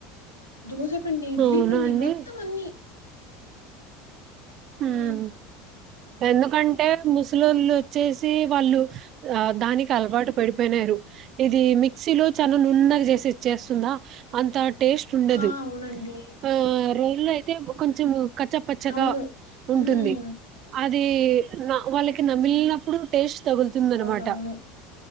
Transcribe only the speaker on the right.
అవునా
అండి
హ్మ్.
ఎందుకంటే ముసలోళ్ళు వచ్చేసి వాళ్ళు ఆ దానికి అలవాటు పడిపోయినారు. ఇది మిక్సీలో చాలా నున్నగా చేసి ఇచ్చేస్సుందా అంత టేస్ట్ ఉండదు.
ఆ ట్రైన్ లో అయితే ము కొంచము కచ్చ పచ్చగా
ఉంటుంది
అది వాళ్ళకి నమ్లినప్పుడు టేస్ట్ తగులుతుందనమాట.